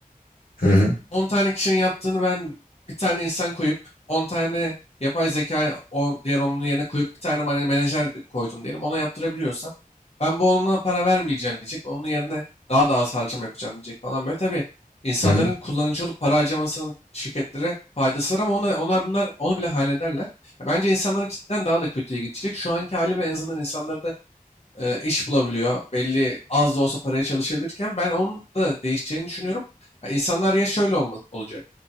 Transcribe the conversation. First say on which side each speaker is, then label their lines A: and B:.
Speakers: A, on the left; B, on the left.
A: Hı hı.
B: On tane kişinin yaptığını ben bir tane insan koyup 10 tane yapay zeka o diğer onun yerine koyup bir tane mane- menajer de koydum diyelim ona yaptırabiliyorsam ben bu onunla para vermeyeceğim diyecek. Onun yerine daha da az harcama yapacağım diyecek falan böyle. Tabii insanların
A: Hı hı.
B: kullanıcı olup para harcamasının şirketlere faydası var ama onlar, onlar bunlar onu bile hallederler. Ya Bence insanların cidden daha da kötüye gidecek. Şu anki hali bile en azından insanları da eee, iş bulabiliyor. Belli az da olsa paraya çalışabilirken ben onun da değişeceğini düşünüyorum. Ya İnsanlar ya şöyle olma, olacak.